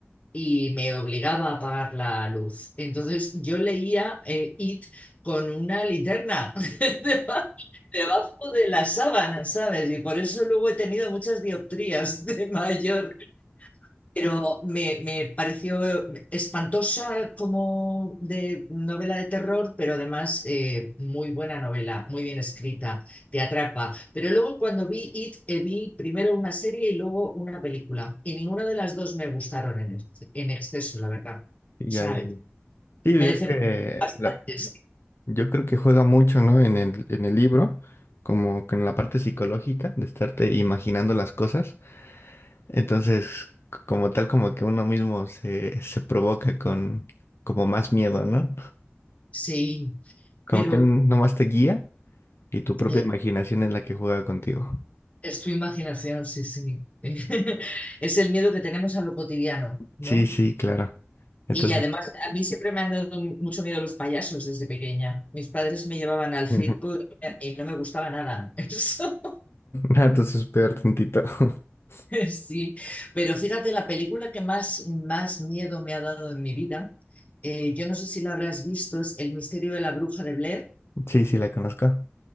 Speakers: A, on the left (about 35°); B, on the left (about 70°).
A: y me obligaba a apagar la luz. Entonces yo leía eh, It con una linterna <laughs> debajo de la sábana, ¿sabes? Y por eso luego he tenido muchas dioptrías de mayor. Pero me, me pareció espantosa como de novela de terror, pero además eh, muy buena novela, muy bien escrita, te atrapa. Pero luego cuando vi It, eh, vi primero una serie y luego una película. Y ninguna de las dos me gustaron en, ex- en exceso, la verdad.
B: Ya,
A: ¿Sabes?
B: ya, ya. Sí,
A: Me
B: es
A: decepcionaron
B: que
A: bastante.
B: la-
A: Sí,
B: yo creo que juega mucho, ¿no? En el, en el libro, como que en la parte psicológica de estarte imaginando las cosas. Entonces, c- como tal, como que uno mismo se, se provoca con como más miedo, ¿no?
A: Sí,
B: Como
A: pero
B: que él nomás te guía Y tu propia
A: eh,
B: imaginación es la que juega contigo.
A: es tu imaginación, sí, sí. <laughs> Es el miedo que tenemos a lo cotidiano, ¿no?
B: Sí, sí, claro. Entonces,
A: Y además, a mí siempre me han dado mucho miedo los payasos desde pequeña. Mis padres me llevaban al
B: <laughs>
A: circo y no me gustaba nada. <laughs> Eso,
B: ah, entonces peor tantito. <laughs>
A: sí. Pero fíjate, la película que más, más miedo me ha dado en mi vida, eh, yo no sé si la habrás visto, es El misterio de la bruja de Blair.
B: Sí, sí, la conozco.